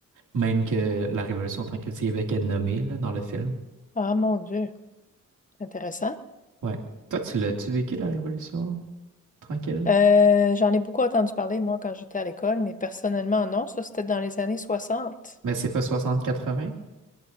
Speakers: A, on the right; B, on the left.
A: même que la Révolution tranquille du Québec est nommée là, dans le film.
B: Ah mon Dieu. Intéressant.
A: Ouais. Toi, tu l'as-tu vécu, la Révolution tranquille?
B: Euh, j'en ai beaucoup entendu parler, moi, quand j'étais à l'école, mais personnellement, non. Ça, c'était dans les années 60.
A: Mais c'est pas soixante quatre-vingts